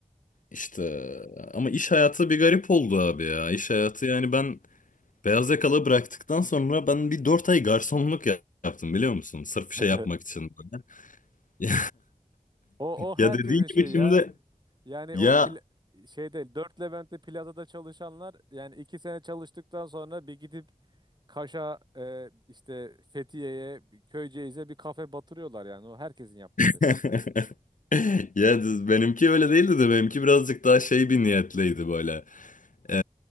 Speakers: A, on the left; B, on the right.
A: işte ama iş hayatı bir garip oldu abi ya. İş hayatı yani ben Beyaz yakalı bıraktıktan sonra ben bir 4 ay garsonluk ya- yaptım biliyor musun? Sırf şey
B: <laughs>
A: yapmak için böyle. <laughs> Ya,
B: O o herkesin
A: ya dediğin
B: şeyi
A: gibi şimdi
B: ya. Yani
A: ya
B: o pla- şey değil. Dört Levent'te plazada çalışanlar yani iki sene çalıştıktan sonra bir gidip Kaş'a e, işte Fethiye'ye, bir Köyceğiz'e bir kafe batırıyorlar yani. O herkesin yaptığı
A: <laughs>
B: şey.
A: ya düz- benimki öyle değildi de benimki birazcık daha şey bir niyetliydi böyle. Ee,